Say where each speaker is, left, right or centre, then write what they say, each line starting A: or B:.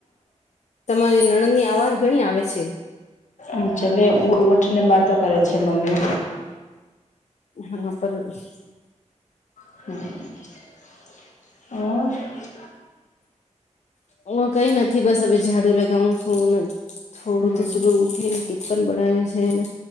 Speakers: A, on the left (about 70°); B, on the left (about 85°).
A: તમારી નણદ ની અવાજ ઘણી આવે છે
B: અચછા હ વઠને વાતો કરે છે મમી
A: હા પ <unintelligible>
B: હમ હ
A: હું કઈ નથી બસ હવે ઝાડુ લગાવું છું થોડું
B: હમ
A: તો સુગર ઉઠીને ટિપપન બનાવે છેને